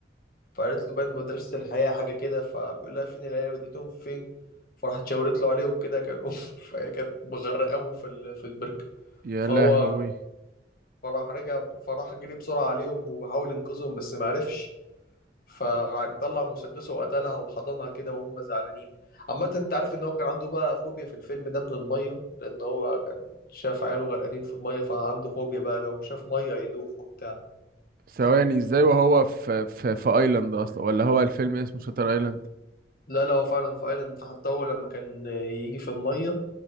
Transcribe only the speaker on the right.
يا
لهوي
ثواني ازاي وهو في في في ايلاند اصلا ولا هو الفيلم اسمه شاتر ايلاند